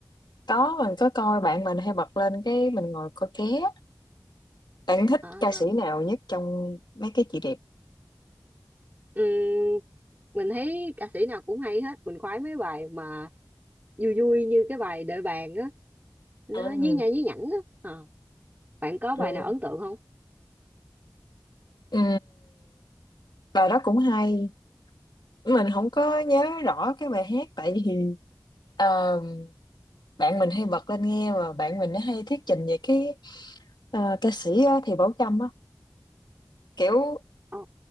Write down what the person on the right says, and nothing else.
À,
ừm, mình thấy ca sĩ nào cũng hay hết, mình khoái mấy bài mà vui vui như cái bài Đợi bạn á, nó
nhí nha nhí nhảnh á. Ờ, Bạn có
bài nào ấn tượng không?
Ờ,